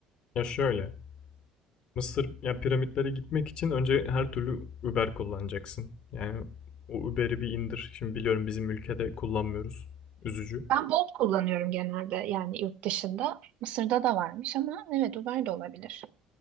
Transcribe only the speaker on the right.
Ben Bolt kullanıyorum genelde yani yurt dışında. Mısır'da da varmış ama evet Uber de olabilir.